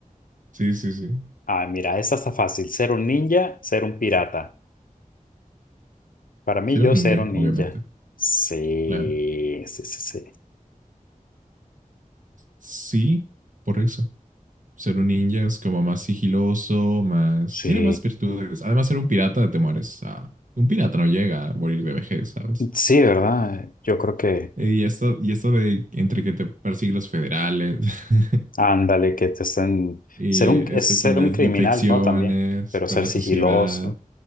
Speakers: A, on the right; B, on the left.
A: Sí, sí, sí.
B: Ah, mira, esa está fácil. Ser un ninja, ser un pirata. Para mí,
A: Ser
B: yo
A: un ninja,
B: ser un
A: obviamente.
B: ninja. Sí,
A: Claro.
B: sí, sí, sí.
A: Sí, por eso. Ser un ninja es como más sigiloso, más...
B: Sí,
A: Tiene más virtudes. Además, ser un pirata te mueres. a- Un pirata no llega a morir de vejez, ¿sabes?
B: sí, ¿verdad? Yo creo que,
A: Eh, Y esto, y esto de entre que te persiguen los federales, <laughs>
B: ándale, que te estén...
A: y
B: Ser un, es
A: esto
B: ser
A: con las
B: un criminal,
A: infecciones,
B: ¿no? También, pero
A: con
B: ser
A: la
B: sigiloso.
A: sociedad.